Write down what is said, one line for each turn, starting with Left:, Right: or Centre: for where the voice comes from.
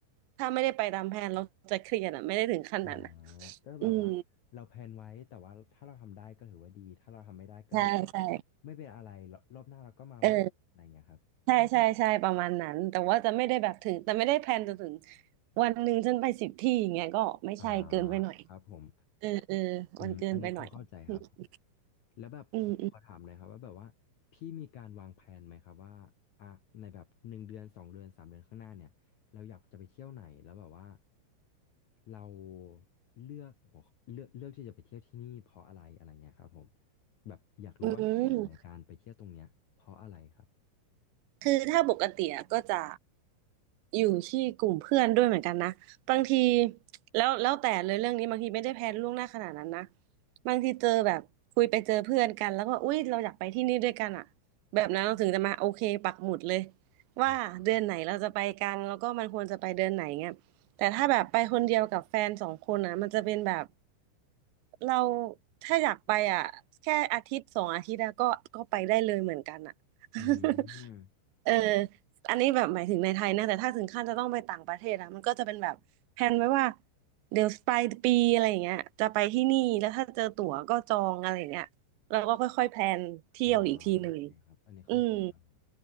Right: ถ้าไม่ได้ไปตามแผนเราจะเครียดอ่ะไม่ได้ถึงขั้นนั้นนะ
Left: อ่าก็แบบว่าเราแพลนไว้แต่ว่าถ้าเราทำได้ก็ถือว่าดีถ้าเราทำไม่ได้ก็ถือว่า
Right: อืมใช่ใช่
Left: ไม่เป็นอะไรรรอบหน้าเราก็มาใหม่อะไรเงี้ยครับ
Right: เออ ใช่ใช่ใช่ประมาณนั้นแต่ว่าจะไม่ได้แบบถึงแต่ไม่ได้แพลนจนถึงวันหนึ่งฉันไปสิบที่อย่างเงี้ยก็ไม่ใช่เกินไปหน่อย
Left: อ่าครับผม
Right: เออเออมันเกินไปหน่อยอืม
Left: อืมอันเนี้ยพอเข้าใจครับ แล้วแบบผมขอถามหน่อยครับว่าแบบว่าพี่มีการวางแผนไหมครับว่าอ่ะในแบบหนึ่งเดือนสองเดือนสามเดือนข้างหน้าเนี่ยเราอยากจะไปเที่ยวไหนแล้วแบบว่า
Right: อืม
Left: เราเลือกหัวเลือกเลือกที่จะไปเที่ยวที่นี่เพราะอะไรอะไรเงี้ยครับผมแบบอยากรู้ว่าเหตุผลในการไปเที่ยวตรงเนี้ยเพราะอะไรครับ
Right: อืมคือถ้าปกติอะก็จะ อยู่ที่กลุ่มเพื่อนด้วยเหมือนกันนะบางทีแล้วแล้วแต่เลยเรื่องนี้บางทีไม่ได้แพลนล่วงหน้าขนาดนั้นนะบางทีเจอแบบคุยไปเจอเพื่อนกันแล้วก็อุ๊ยเราอยากไปที่นี่ด้วยกันอ่ะแบบนั้นเราถึงจะมาโอเคปักหมุดเลยว่าเดือนไหนเราจะไปกันแล้วก็มันควรจะไปเดือนไหนเงี้ยแต่ถ้าแบบไปคนเดียวกับแฟนสองคนอ่ะมันจะเป็นแบบ
Left: อ่า
Right: เราถ้าอยากไปอ่ะแค่อาทิตย์สองอาทิตย์แล้ก็ก็ไปได้เลยเหมือนกันอ่ะ <laughs>
Left: อืม
Right: เอออันนี้แบบหมายถึงในไทยนะแต่ถ้าถึงขั้นจะต้องไปต่างประเทศอะมันก็จะเป็นแบบแพนไว้ว่าเดี๋ยวปลายปีอะไรอย่างเงี้ยจะไปที่นี่แล้วถ้าเจอตั๋วก็จองอะไรอย่างเงี้ยแล้วก็ค่อยๆแพลนเที่ยวอีกทีหนึ่ง
Left: อ่าโอเคครับอันนี้เข้าใจครับผม
Right: อืม